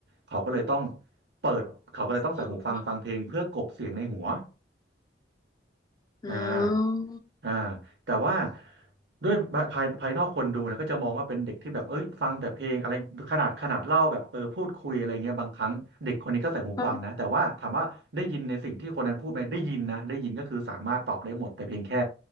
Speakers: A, on the right; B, on the left.
A: เขาก็เลยต้องเปิดเขาก็เลยต้องใส่หูฟังฟังเพลงเพื่อกลบเสียงในหัว
B: ฟังฟังอ๋อ
A: อ่า อ่าแต่ว่าด้วยภายภายนอกคนดูนะก็จะมองว่าเป็นเด็กที่แบบเอ้ยฟังแต่เพลงอะไรขนาดขนาดเล่าแบบเออพูดคุยอะไรเงี้ยบางครั้งเด็กคนนี้ก็ใส่หูฟังนะแต่ว่าถามว่าได้ยินในสิ่งที่คนนั้นพูดไหมได้ยินนะได้ยินก็คือสามารถตอบได้หมดแต่เพียงแค่
B: ก็